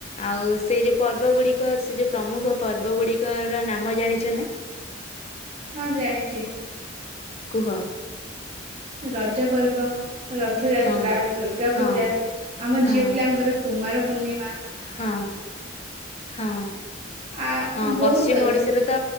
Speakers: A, on the left; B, on the right.
A: ଆଉ ସେ ଯୋଉ ପର୍ବ ଗୁଡିକ ସେ ଯୋଉ ପ୍ରମୁଖ ପର୍ବ ଗୁଡିକର ନାମ ଜାଣିଛ ନା?
B: ହଁ ଜାଣିଛି।
A: କୁହ
B: ରଜ ପର୍ବ ରଥଯାତ୍ରା,
A: ହଁ
B: ଦୁର୍ଗା
A: ହଁ
B: ପୂଜା, ଆମ
A: ହଁ
B: ଝିଅ ପିଲାଙ୍କର କୁମାର ପୂର୍ଣିମା
A: ହଁ ହଁ
B: ଆ
A: ହଁ
B: ବହୁତ
A: ପଶ୍ଚିମ
B: ଅଛି
A: ଓଡିଶାରେ ତ